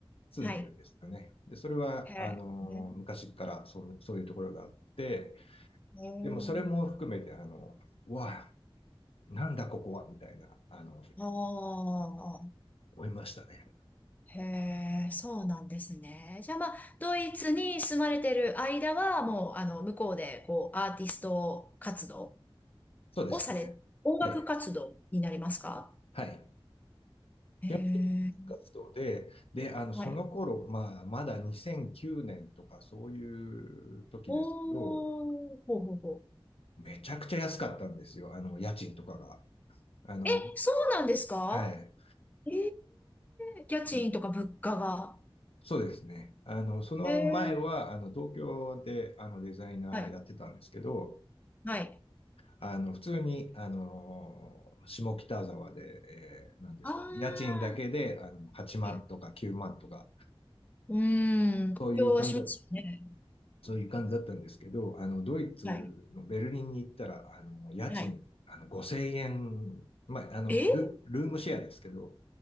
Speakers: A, on the left; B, on the left.
A: 住んでるんですよね。
B: はい。
A: で、それは、
B: へえ。
A: あの、
B: ね
A: 昔からそう、そういうところがあって、
B: へえ
A: でもそれも含めて、あの、うわあ、なんだここは、みたいな、あの、
B: ああ。
A: 思いましたね。
B: へえ、そうなんですね。じゃあまあ、ドイツに住まれてる間は、もう、あの、向こうで、こう、アーティスト活動
A: そうですね。
B: をされ、音楽活動になりますか
A: はい。はい。
B: へえ。
A: 基本的に活動で、で、あの、
B: はい。
A: その頃、まあ、まだ2009年とかそういう時ですけど、
B: おー、ほうほうほう。
A: めちゃくちゃ安かったんですよ、あの、家賃とかが。あの、
B: え、そうなんですか
A: はい。
B: ええ家賃とか物価が。
A: でそうですね。あの、その前は、
B: ええ
A: あの、東京で、あの、デザイナーやってたんですけど、
B: はい、はい。
A: あの、普通に、あの、下北沢で、えー、なんですかね、
B: ああ、
A: 家賃だけで、あの、8万とか9万とか、
B: はい。うーん、妥協はしますよね。
A: そういう感じだそういう感じだったんですけど、あの、ドイツのベルリンに行ったら、
B: はい、
A: あの、家賃、
B: はい。
A: あの、5000円、まあ、あのル、
B: え
A: ルームシェアですけど、